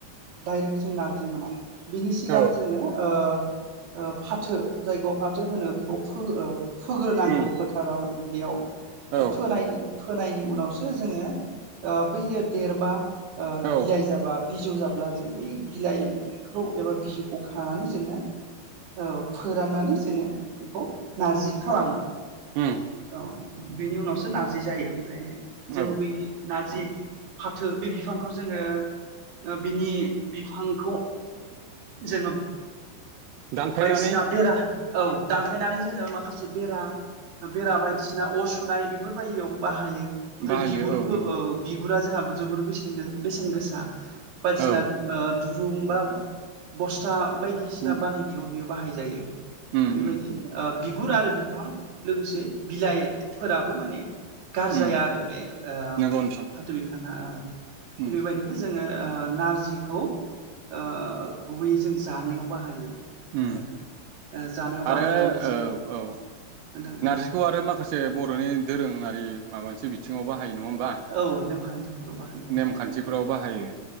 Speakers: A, on the right; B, on the right.
A: दइरेक्ट जों नारजि मोना बिनि सिगां
B: औ
A: जोङो ओ फाथो जायखौ फाथो होनो बेखौ फो ओ फोग्रोनांगौ
B: उम
A: फोथाराव दुब्लियाव बा
B: औ
A: फोनाय फोनायनि उनावसो जोङो ओ‌ बैयो देरबा ओ
B: औ
A: बिलाइ जाबा बिजौ जाब अब्ला जों बै बिलाइखौ एबा बिजौखौ हानानै जोङो औ फोराननानै जोङो बेखौ नारजि खालामो
B: उम
A: औ बेनि उनावसो नारजि जायो ओमफ्राय जों
B: औ
A: बै नारजि फाथो बे बिफ बिफांखौ जोङो बिनि बिफांखौ जोङो
B: दानफायनानै
A: बायदिसिना बेरा औ दानफायनानै जोङो माखासे बेरा बेरा बायदिसिना अर सुनाय बेफोर बायदियावबो बाहायो। ओमफ्राय
B: बाहायो
A: बिगुरखौ औ
B: नंगौ नोंथां
A: बिगुरा जोंहा जोबोर बेस <unintelligible> बेसेन गोसा बायदिसिनाद
B: औ
A: ओ दुरुं बा बस्था बायदिसिना
B: उम
A: बानायनायाव बियो बाहायजायो
B: उम
A: ओ बेबायदि
B: उम
A: ओ बिगुर आरो
B: औ
A: बिफां लोगोसे बिलाइफोराबो माने। गारजाया
B: उम
A: आरो बे ओ-
B: नंगौ
A: फा-फाथो
B: नोंथां
A: बिफाङा औ। थिग
B: उम
A: बेबायदिनो जों। ङो ओ-नारजिखौ ओ- गुबैयै जों जानायाव बाहायो।
B: उम
A: ओ जानायाव
B: आरो
A: बाहायो होमब्ला
B: औ
A: जों
B: औ
A: नोंथां
B: नारजिखौ
A: दे
B: आरो माखासे बर'नि दोरों। ङारि माबा मोनसे बिथिङाव बा हायो नङा होमबा
A: औ नेमखान्थिफोराव बाहायो
B: नेमखान्थिफोराव बाहायो